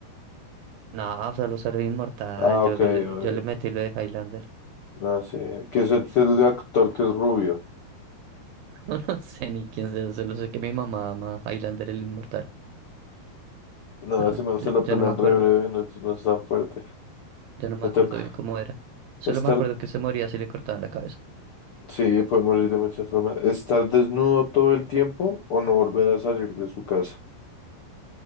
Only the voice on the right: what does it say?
No, solo ser inmortal,
yo,
me le- yo le metí lo de Highlander. <laughs>
No, no sé ni quién sea, solo sé que mi mamá ama Highlander el inmortal,
pero
yo,
yo
no me acuerdo,
yo no me
acuerdo
bien cómo era. Solo
me acuerdo que se moría si le cortaban la cabeza.